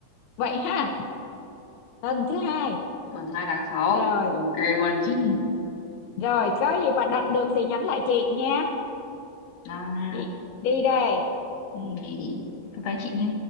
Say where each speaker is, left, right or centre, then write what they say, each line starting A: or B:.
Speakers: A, on the left; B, on the left.
A: vậy ha tuần thứ hai
B: tuần hai tháng sáu
A: rồi
B: ok luôn chị
A: ừ Rồi, có gì bà đặt được thì nhắn lại chị nha.
B: à,
A: Chị đi đây. Ừ.
B: ok bye bye chị nhé